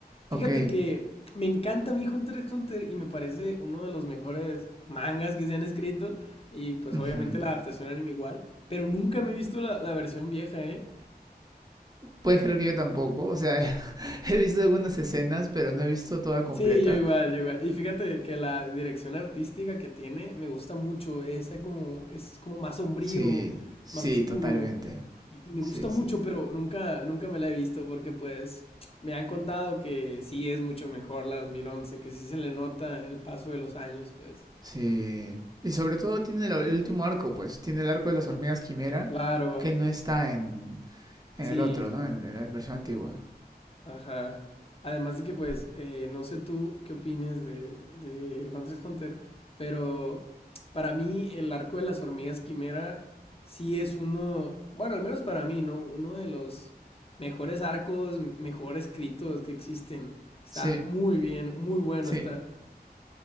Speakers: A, on the left; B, on the right.
A: Fíjate
B: Ok.
A: que me encanta mi Hunter x Hunter y me parece uno de los mejores mangas que se han escrito. Y pues
B: ujú.
A: obviamente la adaptación anime igual. Pero nunca me he visto la, la versión vieja, ¿eh?
B: Puedes creer que yo tampoco, o sea, <laughs> he visto algunas escenas, pero no he visto toda completa.
A: Sí, yo igual, yo igual. Y fíjate que la dirección artística que tiene me gusta mucho. Es como, es como más sombrío,
B: Sí, sí,
A: más oscuro.
B: totalmente.
A: Y, y me
B: Sí,
A: gusta mucho,
B: sí,
A: pero nunca, nunca me la he visto porque pues me han contado que sí es mucho mejor la 2011, que sí se le nota el paso de los años, pues.
B: Sí. Y sobre todo tiene el, el último arco, pues. Tiene el arco de las hormigas quimera,
A: Claro,
B: que no está en, en
A: sí.
B: el otro, ¿no? En, en la versión antigua.
A: Ajá. Además de que, pues, eh, no sé tú qué opines de, de Hunter x Hunter, pero para mí el arco de las hormigas quimera sí es uno, bueno, al menos para mí, ¿no? Uno de los mejores arcos, mejor escritos que existen. Está
B: Sí,
A: muy bien, muy bueno
B: sí.
A: está.